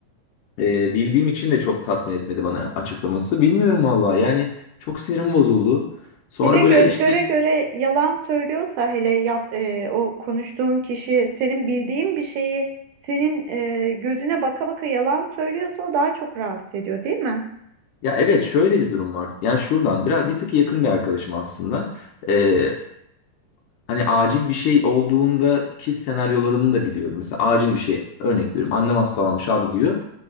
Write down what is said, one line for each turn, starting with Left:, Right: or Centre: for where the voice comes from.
Left: e, bildiğim için de çok tatmin etmedi bana açıklaması. Bilmiyorum valla yani çok sinirim bozuldu. Sonra
Right: Bir de göz
Left: böyle işte
Right: göre göre yalan söylüyorsa hele yap e, o konuştuğun kişi senin bildiğin bir şeyi senin e, gözüne baka baka yalan söylüyorsa o daha çok rahatsız ediyor, değil mi?
Left: ya evet şöyle bir durum var. Yani şuradan biraz bir tık yakın bir arkadaşım aslında. E, hani acil bir şey olduğundaki senaryolarını da biliyorum. Mesela acil bir şey örnek veriyorum. Annem hastalanmış abi diyor.